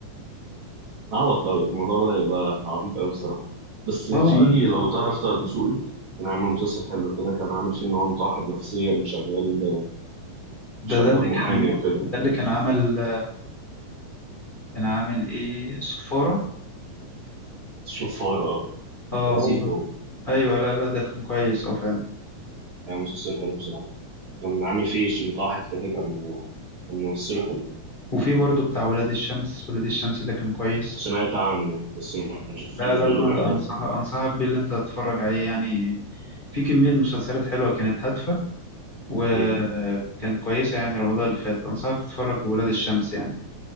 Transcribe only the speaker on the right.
عبط قوي الموضوع بدأ يبقى عبيط قوي بصراحة بس في
لو تعرف طه الدسوقي كان عامل مسلسل حلو كده كان عامل فيه إن هو متوحد نفسيا وشغال
شغال
محامي
وكده
صفار اه
لذيذ
هو
كان مسلسل حلو بصراحة كان عامل فيه ش- متوحد كده كان كان ممثله حلو
سمعت عنه بس ما شفتوش
بيقولوا
جامد
أوي
م-